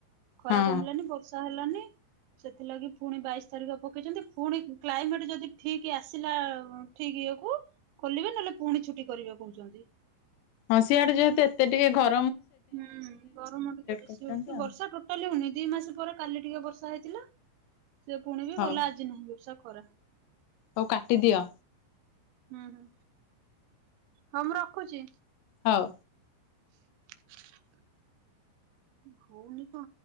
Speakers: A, on the right; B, on the left.
A: ଖରା
B: ହଁ
A: କମିଲାନି ବର୍ଷା ହେଲାନି। ସେଥିଲାଗି ପୁଣି ବାଇଶି ତାରିଖ ପକେଇଛନ୍ତି ପୁଣି କ୍ଲାଇମେଟ ଯଦି ଠିକ ଆସିଲା ଠିକ ଇଏ କୁ ଖୋଲିବେ ନହେଲେ ପୁଣି ଛୁଟି କରିବା କହୁଛନ୍ତି।
B: ହଁ ସିଆଡେ ଯେହେତୁ ଏତେ ଟିକେ ଘ
A: ହୁଁ ଗରମ ଟିକେ ବେଶି
B: କରିଛନ୍ତି
A: ହଉଛି
B: ଆଉ
A: ବର୍ଷା ଟୋଟାଲି ହଉନି। ଦି ମାସ ପରେ କାଲି ଟିକେ ବର୍ଷା ହେଇଥିଲା। ସେ ପୁଣି ବିି
B: ହଉ
A: ଗଲା ଆଜି ନାହିଁ ବର୍ଷା। ଖରା।
B: ହଉ କାଟିଦିଅ।
A: ହୁଁ ହୁଁ। ହଁ ମୁଁ ରଖୁଛି।
B: ହଉ।
A: <inaudible> ହଉନି କଣ?